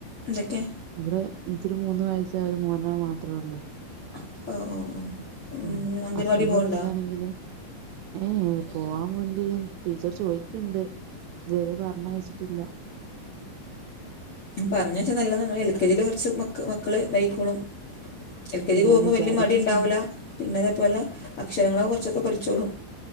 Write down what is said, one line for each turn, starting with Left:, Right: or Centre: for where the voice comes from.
Left: എന്തൊക്കെയാ,
Right: ഇവിടെ എനിക്കൊരു മൂന്ന് വയസ്സായ ഒരു മോനാ മാത്രേ ഉള്ളൂ.
Left: അപ്പൊ ഒ ഓ. ഓ
Right: ഉം
Left: അംഗൻവാടി
Right: ഹസ്ബൻന്റെ
Left: പോവ്ണ്ടോ
Right: വീട്ടിലാണെങ്കില്, ഏഹ് പോവാൻ
Left: ഏ
Right: വേണ്ടി ടീച്ചറ് ചോയിക്കെണ്ട് ഇതുവരെ പറഞ്ഞ അയച്ചിട്ടില്ല.
Left: പറഞ്ഞെച്ചാൽ നല്ലതാണ്. എൽ കെ ജെ കുറച്ച് മ മക്കൾ തയ്ക്കോളും. എൽ കെ
Right: ഇത്
Left: ജിക്ക്
Right: ഞാൻ
Left: പോകുമ്പോൾ
Right: വിചാരിക്ക്ണ്ട്
Left: വലിയ മടി ഉണ്ടാവുല്ല. പിന്നെ അതേപോലെ അക്ഷരങ്ങള കുറച്ചൊക്കെ പഠിച്ചോളും.